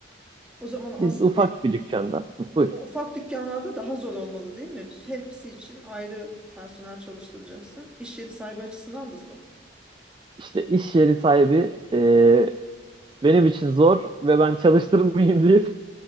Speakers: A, in the centre; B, on the right.
A: O zaman aslında
B: Biz ufak
A: kü-
B: bir dükkanda Hı, buyur
A: o ufak dükkanlarda daha zor olmalı değil mi? Hepsi için ayrı personel çalıştıracaksın. İş yeri sahibi açısından da zor.
B: işte iş yeri sahibi e, benim için zor ve ben çalıştırmayayım deyip